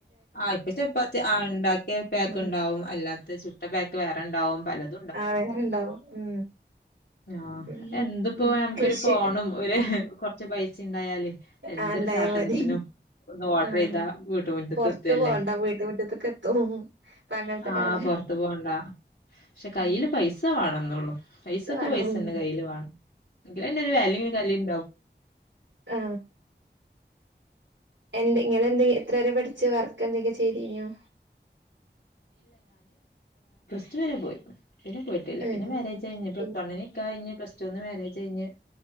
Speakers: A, on the left; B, on the right.
A: ആ ഇപ്പൊ ചപ്പാത്തി ആ ഉണ്ടാക്കിയ പാക്ക്
B: ഉം
A: ഉണ്ടാവും. അല്ലാത്ത ചുട്ട പാക്ക് വേറെ ഉണ്ടാവും. പലതും,
B: ആഹ വേറെണ്ടാവും ഉം
A: ആ
B: പിന്നെ
A: എന്ത്പ്പൊ
B: ഉം
A: നമുക്കൊരു
B: കൃഷി
A: ഫോണും ഒരു പൈസണ്ടായാല് എന്തൊരു
B: ആഹ് ഇണ്ടായാ
A: സാധനത്തിനും
B: മതി
A: ഒന്ന് ഓർഡറയ്ത
B: ആഹ്
A: വീട്ട്മുറ്റത്ത്
B: പൊറത്ത്
A: എത്തല്ലേ
B: പോവണ്ട വീട്ട് മുറ്റത്ത്ക്ക് എത്തും ഇപ്പ അങ്ങനത്തെ
A: ആ
B: കാല
A: പൊറത് ത്തു പോണ്ട പക്ഷെ കയ്യില്
B: ഉം
A: പൈസ വേണന്നൊള്ളൂ. പൈസ പ്പക്ക്
B: വേണം
A: പൈസെന്നെ
B: ഉം
A: കയ്യില് വാണം. എങ്കിലേ ഒരു വെലിം നെലിം
B: ആ എന്ത ങ്ങളെന്തിയ്യ എത്ര വരെ പഠിച്ചു? വർക്ക എന്തെങ്കക്കെ ചെയ്തനോ
A: റ്റു വരെ പോയി പിന്നെ പോയിട്ടില്ല
B: ഏഹ്
A: പിന്നെ മാരേജ് കയിഞ്ഞ് പ്ലസ്
B: പിൻ
A: വണ്ണിന്നു നിക്കാഹ് കയിഞ്ഞ് പ്ലസ് ടുന്ന് മാരേജ് കഴഞ്ഞ്